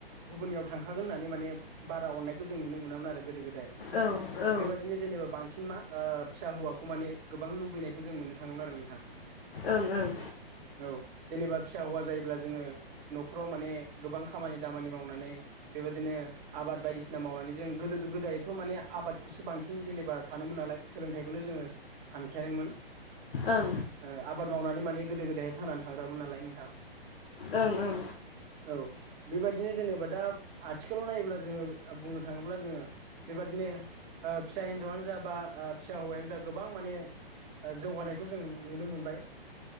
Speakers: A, on the right; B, on the left.
A: गुबुननियाव थांखागोन होननानै माने बारा अननायखौ जों नुनो मोनामोन आरो गोदो गोदाय।
B: औ ओ
A: बेबादिनो जेनेबा बांसिन मा ओ फिसा हौवाखौ माने गोबां लुबैनायखौ जों मोननो थाङोमोन आरो नोंथां।
B: ओं ओं
A: औ जेनेबा फिसा हौवा जायोब्ला जोङो न'खराव माने गोबां खामानि दामानि मावनानै बेबादिनो आबाद बायदिसिना मावनानै जों गोदो गोदायथ' माने आबादखौसो बांसिन जेनेबा सानोमोन नालाय सोलोंथाइखौनो जोङो सानखायानोमोन
B: ओं
A: ओआबाद मावनानै माने गोदो गोदायहाय थांनानै थाग्रामोन नालाय नोंथां
B: ओं-ओं
A: औ बेबायदिनो जेनेबा दा आथिखालाव नायोब्ला जोङो बुंनो थाङोब्ला जोङो बेबादिनो ओ फिसा हिनजावानो जा बा ओ फिसा हौवायानो जा गोबां माने जौगानायखौ जों नुनो मोनबाय।